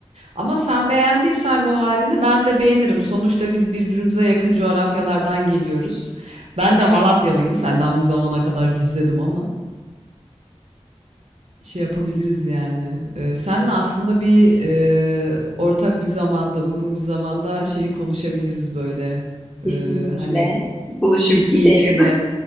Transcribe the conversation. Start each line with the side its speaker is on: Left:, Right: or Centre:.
Right: Ama sen beğendiysen bu halini ben de beğenirim. Sonuçta biz birbirimize yakın coğrafyalardan geliyoruz. Ben de Malatyalıyım. Senden bu zamana kadar gizledim ama şey yapabiliriz yani. Ee, senle aslında bir e, ortak bir zamanda, uygun bir zamanda şeyi konuşabiliriz böyle.
Centre: Kesinlikle.
Right: Ee, hani
Centre: Buluşup
Right: Türkiye
Centre: gidelim.
Right: içinde,